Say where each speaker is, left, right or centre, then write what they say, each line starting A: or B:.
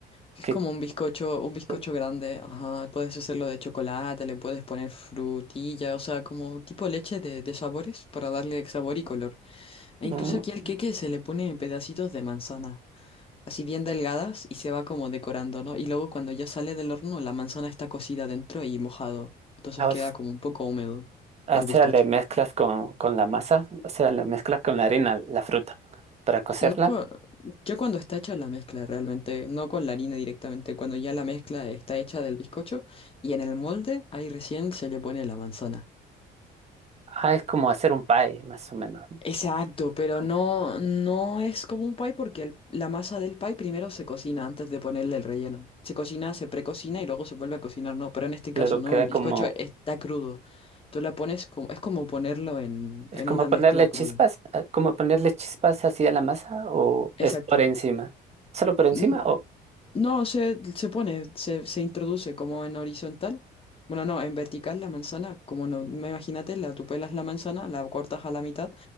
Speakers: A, on the left; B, on the right.
A: que
B: que
A: es como un bizcocho, un bizcocho
B: que,
A: grande, ajá, puedes hacerlo de chocolate, le puedes poner frutilla, o sea, como tipo leche de, de sabores para darle sabor y color. E
B: mm,
A: incluso aquí al queque se le pone pedacitos de manzana, así bien delgadas y se va como decorando, ¿no? Y luego cuando ya sale del horno, la manzana está cocida dentro y mojado, entonces
B: a
A: queda
B: veces-
A: como un poco húmedo
B: o
A: el
B: sea,
A: bizcocho.
B: le mezclas con, con la masa, o sea, le mezclas con la harina, la fruta, para cocerla.
A: No co- yo cuando está hecha la mezcla realmente, no con la harina directamente, cuando ya la mezcla está hecha del bizcocho y en el molde, ahí recién se le pone la manzana.
B: Ah, es como hacer un pie, más o menos. ¿no?
A: Exacto, pero
B: Como-
A: no, no es como un pie porque el- la masa del pie primero se cocina antes de ponerle el relleno. Se cocina, se precocina y luego se vuelve a cocinar, no, pero en este
B: Claro,
A: caso no,
B: queda
A: el bizcocho
B: como,
A: está crudo. Tú la pones como, es como ponerlo en,
B: es
A: en
B: como
A: una
B: ponerle
A: mezcla cruda.
B: chispas, eh, como ponerle chispas así a la masa, o
A: Exacto.
B: es por encima. ¿Solo por encima
A: Mm,
B: o
A: No, se, se pone, se, se introduce como en horizontal. Bueno, no, en vertical la manzana, como no, me imagínate, la, tú pelas la manzana, la cortas a la mitad